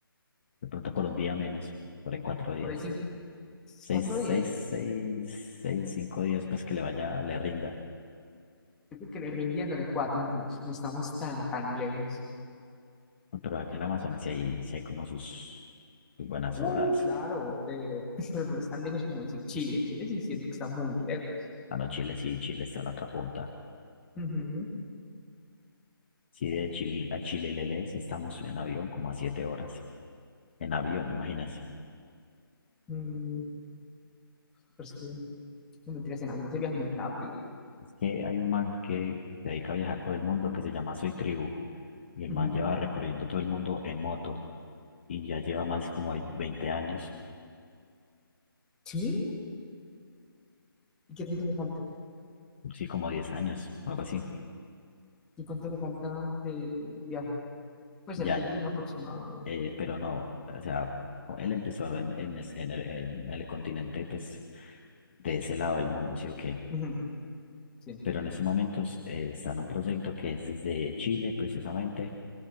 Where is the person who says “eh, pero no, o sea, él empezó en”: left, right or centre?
Left